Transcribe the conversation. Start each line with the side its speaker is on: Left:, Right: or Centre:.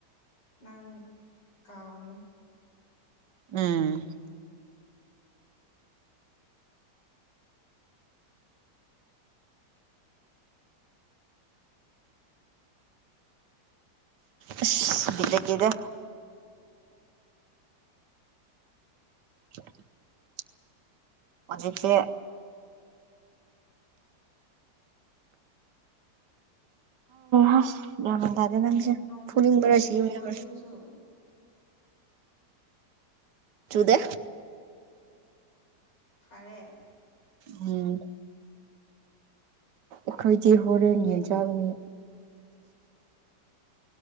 Left: ꯅꯪ ꯀꯥꯎꯒꯅꯨ
Right: ꯎꯝ ꯑꯁ ꯚꯤꯗ ꯂꯩꯇꯦꯗ <unintelligible> ꯍꯧꯖꯤꯛꯁꯦ <unintelligible> ꯒ꯭ꯌꯥꯟ ꯃꯦꯟ ꯇꯥꯗꯦꯗ ꯃꯤꯁꯤꯡꯁꯦ
Left: ꯅꯣꯡ
Right: ꯐꯨꯅꯤꯡꯕꯅ
Left: ꯇꯨ ꯅꯣꯡ
Right: <unintelligible>
Left: ꯆꯨꯔꯤꯕ ꯑꯗꯨꯗꯨꯁꯨ
Right: ꯆꯨꯗꯦ
Left: ꯐꯔꯦ
Right: ꯎꯝ ꯑꯩꯈꯣꯏꯗꯤ ꯍꯣꯔꯦꯟ ꯌꯦꯟ ꯆꯥꯒꯅꯤ